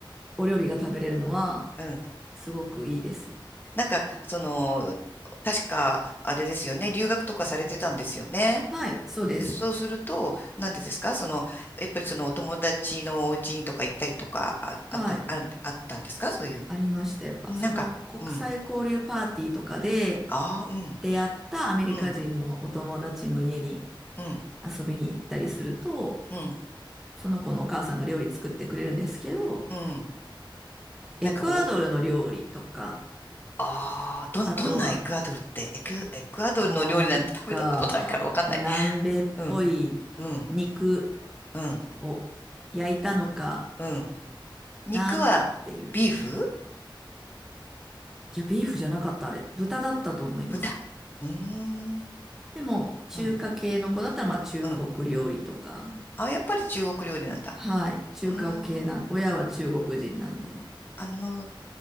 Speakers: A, in the centre; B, on the left.
A: お料理が食べれるのは、
B: うん。
A: すごくいいです。
B: なんか、その、確か、あれですよね、留学とかされてたんですよね。
A: はい、そうです。
B: で、そうすると、なんでですかその、やっぱりそのお友達のお家にとか行ったりとか、あ、あった、
A: はい、
B: あるん、あったんですかそういう。
A: ありました。やっぱ、
B: なんか、
A: その国際交流パーティーとかで
B: うん。ああ、うん、
A: 出会ったアメリカ人のお友達の家に、
B: うん、うん、
A: 遊びに行ったりすると、
B: うん、
A: その子のお母さんが料理作ってくれるんですけど、
B: うん。
A: エクアドルの料理とか、
B: なんか、おぼ、ああ、どん、
A: あとは
B: どんなエクアドルって、エク、エクアドルの料理なんて食べたことないからわかんない。
A: もうなんか、まあ、南米っぽい肉
B: うん、うん、うん、
A: を焼いたのか
B: うん。うん肉はビーフ
A: なっていう。いや、ビーフじゃなかった、あれ。豚だったと思います。
B: 豚うーん。
A: でも、中華系の子だったら、
B: うん
A: まあ、中国料理とか、
B: うん。あ、やっぱり中国料理なんだ。
A: はい、中華系なん、
B: うーん。
A: 親は中国人なんで。
B: あの、